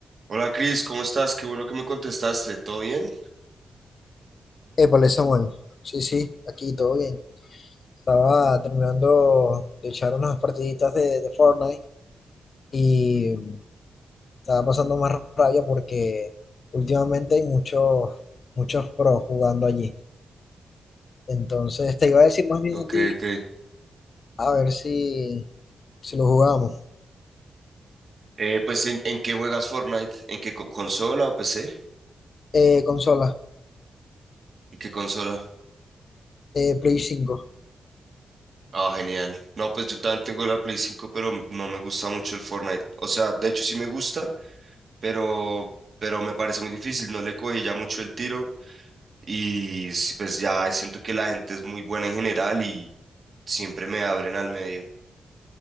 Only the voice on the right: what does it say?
Hola Cris, ¿cómo estás? Qué bueno que me contestaste. ¿Todo bien?
Ok,
ok.
Eh, pues ¿en, en qué juegas Fortnite? ¿En qué co- consola o PC?
¿Y qué consola?
Ah, genial. No, pues yo también tengo la Play 5, pero m- no me gusta mucho el Fortnite. O sea, de hecho sí me gusta, pero, pero me parece muy difícil. No le cogí ya mucho el tiro y s- pues ya siento que la gente es muy buena en general y siempre me abren al medio.